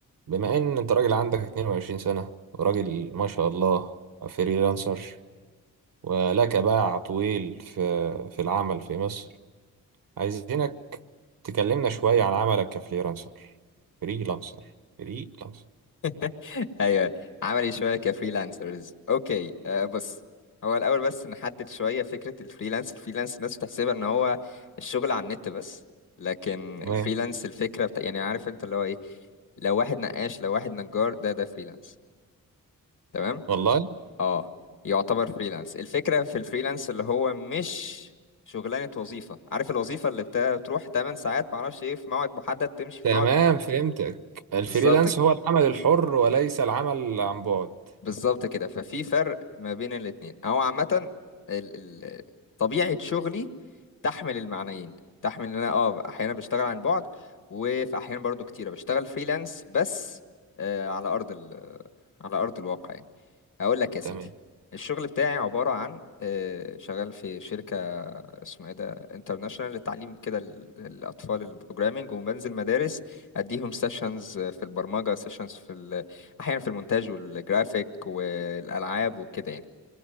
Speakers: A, on the right (about 65°); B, on the left (about 60°).
A: بما ان انت راجل عندك 22 سنة وراجل ما شاء الله فريلانسر ولك باع طويل في في العمل في مصر عايزينك تكلمنا شوية عن عملك كفريلانسر فريلانسر فريلانسر
B: <laughs> ايوه عملي شويه كفريلانسرز اوكي أه بص هو الاول بس نحدد شويه فكره الفريلانس الفريلانس الناس بتحسبها ان هو الشغل على النت بس لكن
A: تمام
B: الفريلانس الفكره بتا... يعني عارف انت اللي هو ايه لو واحد نقاش لو واحد نجار ده ده فريلانس تمام
A: والله
B: اه يعتبر فريلانس الفكره في الفريلانس اللي هو مش شغلانه وظيفه عارف الوظيفه اللي بتا- بتروح 8 ساعات معرفش ايه في موعد محدد تمشي في
A: تمام
B: موعد محدد
A: فهمتك الفريلانس
B: بالظبط كده
A: هو العمل الحر وليس العمل عن بعد
B: بالظبط كده ففي فرق ما بين الاتنين او عامة ال- ال- طبيعة شغلي تحمل المعنيين تحمل ان انا اه احيانا بشتغل عن بعد وفي احيانا برضو كتيرة بشتغل فريلانس بس آه على ارض ال على ارض الواقع يعني هقول لك يا سيدي
A: تمام
B: الشغل بتاعي عبارة عن آه، شغال في شركة اسمه ايه ده انترناشونال للتعليم كده ال- الأطفال البروجرامينج وبنزل مدارس أديهم سيشنز في البرمجة سيشنز في ال- أحيانا في المونتاج والجرافيك والألعاب وكده يعني